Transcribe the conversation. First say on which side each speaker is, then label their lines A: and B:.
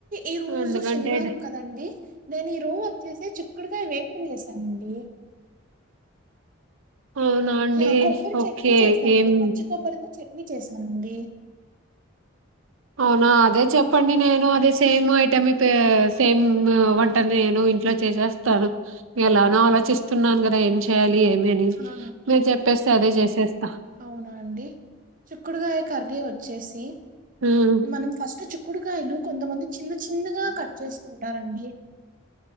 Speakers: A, on the right (about 40°); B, on the right (about 70°).
A: ఈ రోజు
B: ఎందుకంటే
A: శనివారం
B: డ-
A: కదండి. నేను ఈ రోజ అప్ చేససి చి చిక్కుడుకాయ వేపుడు చేశానండి.
B: అవునా అండి
A: హా కొబ్బరి చట్నీ
B: ఓకే
A: చేసా అండి,
B: ఏం
A: పచ్చి కొబ్బరితో చట్నీ. ఇడ్లీ చేశానండి.
B: అవునా అదే చెప్పండి నేను అదే సేమ్ ఐటమ్ సేమ్ వంటని నేను ఇంట్లో చేసేస్తాను. ఎలాన ఆలోచిస్తున్నాను కదా ఏం చేయాలి. ఏమి అని
A: ఆ
B: మీరు చెప్పేస్తే అదే చేసేస్తా
A: అవునా అండి చిక్కుడుకాయ కర్రీ వచ్చేసి
B: ఉమ్
A: మనం ఫస్ట్ చుక్కుడుకాయలు కొంతమంది చిన్న చిన్నగా కట్ చేసుకుంటారండి.